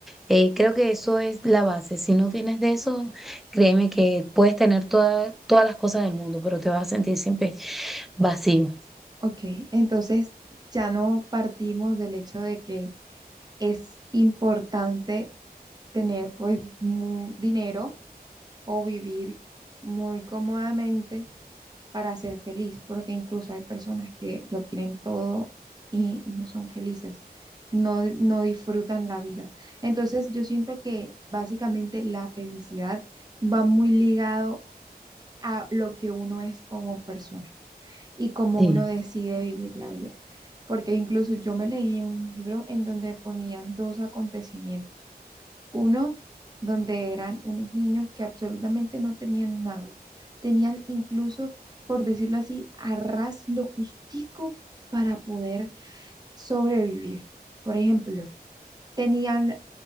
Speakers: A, in the centre; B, on the right.
A: Eh, creo que eso es la base. Si no tienes de eso, créeme que puedes tener toda- todas las cosas del mundo, pero te vas a sentir siempre vacío.
B: Ok, entonces ya no partimos del hecho de que es importante tener pues mu- dinero o vivir muy cómodamente para ser feliz, porque incluso hay personas que lo tienen todo y, y no son felices, no, di- no disfrutan la vida. Entonces yo siento que básicamente la felicidad va muy ligado a lo que uno es como persona y cómo
A: Sí,
B: uno decide vivir la vida. Porque incluso yo me leí un libro en donde ponían dos acontecimientos. Uno donde eran unos niños que absolutamente no tenían nada. Tenían incluso, por decirlo así, a ras lo justico para poder sobrevivir. Por ejemplo, tenían